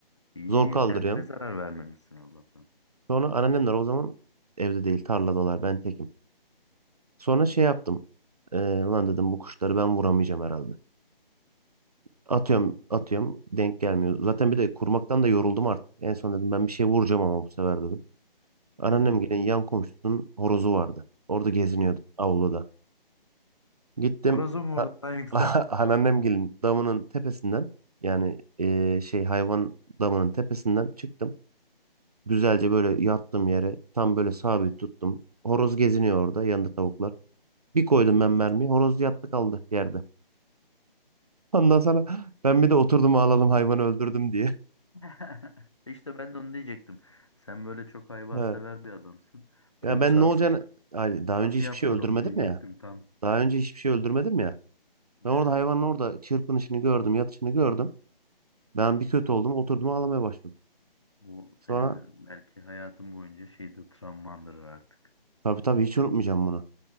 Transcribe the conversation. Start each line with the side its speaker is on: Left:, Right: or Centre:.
Left: İyi
Right: Zor kaldırıyorum.
Left: kendine zarar vermemişsin Allah'tan.
Right: Sonra anneannemler o zaman evde değil. Tarladalar. Ben tekim. Sonra şey yaptım. Ee, ulan dedim bu kuşları ben vuramayacağım herhalde. Atıyorum atıyorum denk gelmiyor. Zaten bir de kurmaktan da yoruldum artık. En son dedim ben bir şey vuracağım ama bu sefer dedim. Anneannem
Left: Hmm.
Right: gelen yan komşusunun horozu vardı. Orada geziniyordu avluda. Gittim
Left: Horozum vurdu
Right: a-
Left: lan yoksa.
Right: <laughs> anneannem gelin damının tepesinden yani ee, şey hayvan damının tepesinden çıktım. Güzelce böyle yattım yere tam böyle sabit tuttum. Horoz geziniyor orada yanında tavuklar. Bir koydum ben mermiyi horoz yattı kaldı yerde. Ondan sonra ben bir de oturdum ağlalım hayvanı öldürdüm diye. <laughs>
Left: <laughs> İşte ben de onu diyecektim. Sen böyle çok hayvansever
Right: Ha.
Left: bir adamsın.
Right: Ya
Left: Duygusalsın
Right: ben ne olacağını
Left: da.
Right: Ay, daha
Left: Nasıl
Right: önce hiçbir
Left: yaptın
Right: şey öldürmedim
Left: onu diyecektim
Right: ya.
Left: tam.
Right: Daha önce hiçbir şey öldürmedim ya. Ben
Left: Evet.
Right: orada hayvanın orada çırpınışını gördüm, yatışını gördüm. Ben bir kötü oldum, oturdum ağlamaya başladım.
Left: Bu
Right: Sonra
Left: senin de belki hayatın boyunca şeyde travmandır artık.
Right: tabii tabii hiç unutmayacağım bunu.